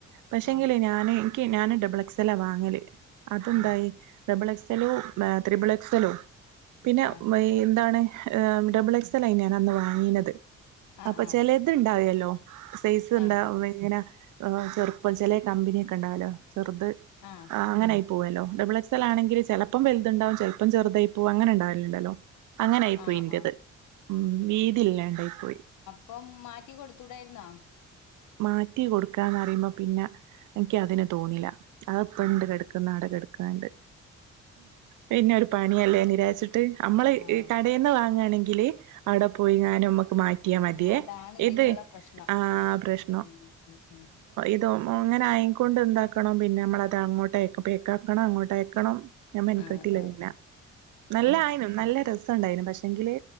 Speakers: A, on the right; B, on the left.
A: പക്ഷെങ്കില്
B: ആഹ് ആഹ് ആഹ്
A: ഞാന് എനിക്ക് ഞാന് ഡബിൾ എക്സ്ല്ലാ വാങ്ങല് അതുണ്ടായി
B: ഉം
A: ഡബിൾ എക്സലോ ത്രിബിൾ എക്സലോ പിന്നെ
B: ആഹ്
A: എന്താണ് ഏഹ് ഡബിൾ എക്സ്ൽലായിന് ഞാൻ അന്ന് വാങ്ങിയത്
B: ആഹ്
A: അപ്പൊ
B: ആഹ്
A: ചില ഇതുണ്ടാവല്ലോ സൈസ് എന്താ
B: ആഹ്
A: എങ്ങന ചെറുപ്പം ചെലേ കമ്പനിയൊക്കെ ഉണ്ടാവാലോ ചെറുത്
B: ആഹ്
A: അങ്ങനെ പോവല്ലോ ഡബിൾ എസ് എൽ ആണെങ്കിൽ ചിലപ്പം വലുതുണ്ടാവും ചിലപ്പം ചെറുതായി പോകും അങ്ങനെണ്ടാവില്ലുണ്ടല്ലോ അങ്ങനൊയി
B: ആഹ്
A: പോയി ഇന്റേത്
B: ആഹ്
A: ഉം വീതി ഇല്ലാണ്ടായി പോയി
B: ഇപ്പം മാറ്റി കൊടുത്തൂടായിരുന്നാ
A: മാറ്റി കൊടുക്കാന്ന്റിയുമ്പോ പിന്നെ എനിക്ക് അതിന് തോന്നില്ല അത് പണ്ട്
B: ആഹ്
A: കിടക്കുന്നട കിടക്കണ്ട് പിന്നെ ഒരു പണിയല്ലേ നിരാച്ചിട്ട നമ്മള്
B: ആഹ്
A: കടയിൽന്ന് വാങ്ങയാണെങ്കില് അവിടെ പോയിങ്ങാനുംക്കെ മാറ്റിയാ മതിയേ
B: ആഹ് അതാണ് ഇതിനുള്ള
A: ഇത്
B: പ്രശ്നം
A: ആ പ്രശ്ന
B: ഉം ഉ ഉം
A: ഇത അങ്ങനെആയിക്കൊണ്ട് എന്താക്കണം പിന്നെ നമ്മളത് അങ്ങോട്ട് പേയ്ക്കാക്കണം അങ്ങോട്ട് അയക്കണം ഞാൻ മെൻകെട്ടില്ല
B: ആഹ് അതെ അതെ
A: പിന്നെ നല്ല ആയിനും നല്ല രസംണ്ടായിനും പക്ഷ ങ്കില്